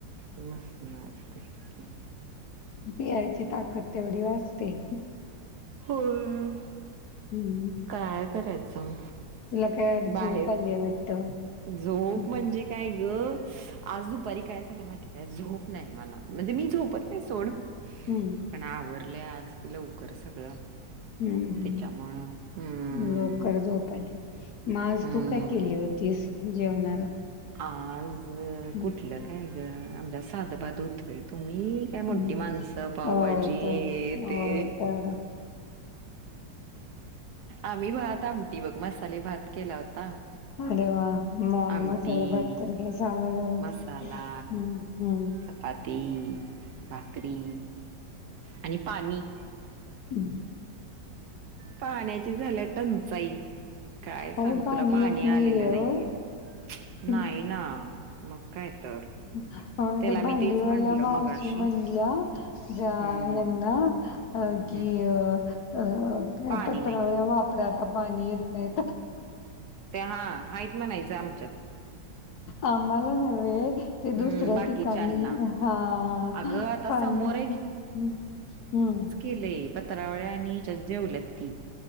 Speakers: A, on the right (about 65°); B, on the left (about 65°).
A: नसणार तेच की.
B: पिळायची ताकद तेवढी वाचते.
A: होय.
B: हम्म.
A: काय करायचं
B: तुला काय आज
A: बाहेर
B: झोप आलीये वाटतं.
A: झोप
B: हम्म
A: म्हणजे काय गं आज दुपारी काय झालं माहिती काय झोप नाही मला म्हणजे मी झोपत नाही सोड.
B: हम्म.
A: पण आवरलंय आज लवकर सगळं
B: हम्म
A: त्याच्यामुळं हम्म
B: लवकर झोप आली, म आज
A: हम्म
B: तू काय केली होतीस जेवणाला?
A: आज
B: हं,
A: कुठलं काय गं आमच्यात साधंबाधं हुत बाई. तुम्ही काय
B: हं.
A: मोठी माणसं पावभाजी
B: होय तर
A: हे
B: होय
A: ते.
B: तर
A: आम्ही भात आमटी बघं, मसाले भात केला होता.
B: अरे वा! मंग
A: आमटी,
B: म साले भात तर काय साधा झाला
A: मसाला,
B: काय? हम्म हम्म.
A: चपाती, भाकरी आणि पाणी
B: हम्.
A: पाण्याची झाल्या टंचाई. काय
B: होय
A: सांगू तुला पाणी
B: येत नाहीये
A: आलेलं
B: होय.
A: नाही आहे.
B: हं,
A: नाही ना मग काय तर
B: अ
A: त्याला
B: त्या
A: मी
B: भांडीवाल्या
A: तेच म्हंटलं
B: मावशी
A: मगाशी
B: म्हणल्या जा
A: हम्म
B: यांना अ कि
A: हम्म
B: अ अ
A: पाणी
B: पत्रावळ्या
A: नाहीये
B: वापरा आता पाणी येत नाही तर.
A: ते हां हाईत म्हणायच आमच्यात.
B: आम्हाला नव्हे ते
A: हम्म,
B: दुसऱ्या
A: बाकीच्यांना.
B: ठिकाणी हां
A: अगं आता
B: पाणी
A: समोर
B: हम्म
A: केलय पत्रावळ्या आणि <unintelligible> जेवलेत ती.